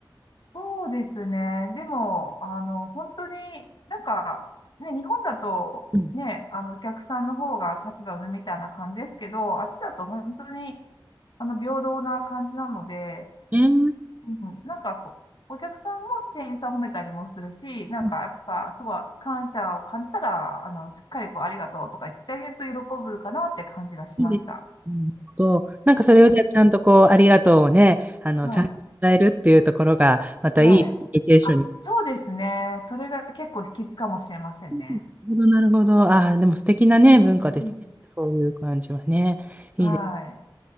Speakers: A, on the left; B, on the right.
A: そうですね。でも、あの、本当になんか、ね、日本だと、
B: うん
A: ね、あの、お客さんの方が立場上みたいな感じですけど、あっちだと本当に、あの、平等な感じなので、
B: えー
A: うんなんかこう、お客さんも店員さんを褒めたりもするし、なんかやっぱすごい感謝を感じたら、
B: うん
A: あの、しっかりこうありがとうとか言ってあげると喜ぶかなって感じがしました。
B: いいですねと、なんかそれをじゃあちゃんとこう、
A: うん
B: ありがとうをね、あの、
A: はい。
B: ちゃんと伝えるっていうところが、またいいコミュニケーションに。
A: はい。あ、そうですね。それが結構秘訣かもしれませんね。
B: うんなるほど、なるほど。ああ、でも素敵なね、文化ですね。
A: うん。
B: そういう感じはね。いいですね
A: はい。